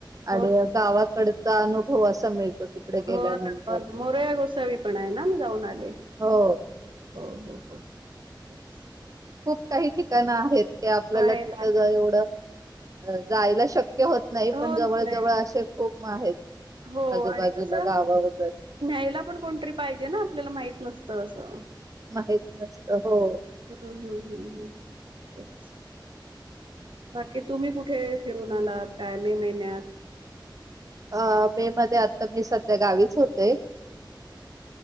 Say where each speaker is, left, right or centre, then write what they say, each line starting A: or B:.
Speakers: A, on the right; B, on the right.
A: हो,
B: आणि गावाकड चा अनुभव असा मिळतो तिकडे गेल्यानंतर
A: हो. ना, हो ना. मोरया गोसावी पण आहे ना, मी जाऊन आले.
B: हो
A: हो हो. तेच.
B: खूप काही ठिकाणं आहेत क आपल्याला
A: आहेत,
B: तिथं
A: आहेत.
B: जा एवढं जायला शक्य होत नाही
A: हो,
B: पण जवळजवळ
A: नाही.
B: असे खूप आहेत
A: हो
B: आजूबाजूला
A: आणि कसं
B: गावं वगैरे
A: न्यायला पण कोणतरी पाहिजे ना आपल्याला माहित नसतं असं
B: माहित नसत हो
A: हम् हम् हम् हम् हम् तेच बाकी तुम्ही कुठे फिरून आलात काय मे महिन्यात
B: अ मे मध्ये आता मी सध्या गावीच होते